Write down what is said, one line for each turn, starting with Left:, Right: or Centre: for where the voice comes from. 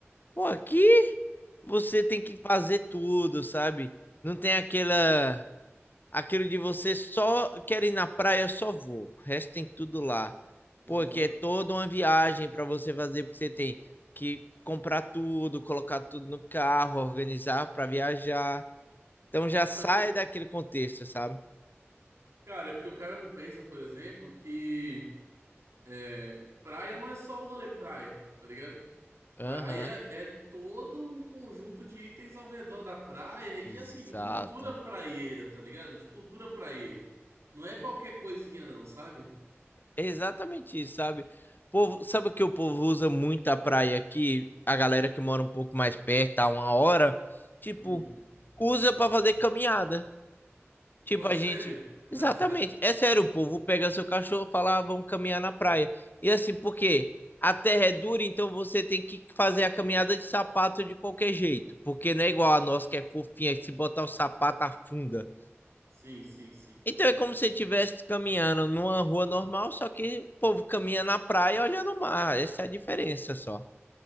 Left: Pô, aqui você tem que fazer tudo, sabe? Não tem aquela aquilo de você só quer ir na praia, só vou. O resto tem tudo lá. porque
Right: Aham.
Left: é toda uma viagem para você fazer, porque você tem que comprar tudo, colocar tudo no carro, organizar para viajar. Então já sai
Right: Mas porque,
Left: daquele contexto, sabe?
Right: cara, é porque o cara não pensa, por exemplo, que É, praia não é só o rolê praia, tá ligado?
Left: Aham.
Right: Praia é todo um conjunto de itens ao redor da praia e
Left: Exato.
Right: de, assim, de cultura praieira, tá ligado? De cultura praieira. Não é qualquer coisinha não, sabe?
Left: É exatamente isso, sabe? Povo, sabe que o povo usa muito a praia aqui? A galera que mora um pouco mais perto, a uma hora, tipo,
Right: Hum.
Left: usa para fazer caminhada. Tipo,
Right: Pô, é
Left: a
Right: sério?
Left: gente.
Right: <laughs>
Left: Exatamente. É sério, o povo pega seu cachorro e fala, ah, vamos caminhar na praia. E assim, porque A terra é dura, então você tem que fazer a caminhada de sapato de qualquer jeito. Porque não é igual a nossa que é fofinha, que se botar o sapato afunda.
Right: Sim, sim, sim.
Left: Então é como se você estivesse caminhando numa rua normal, só que o povo caminha na praia olhando o mar. Essa é a diferença só.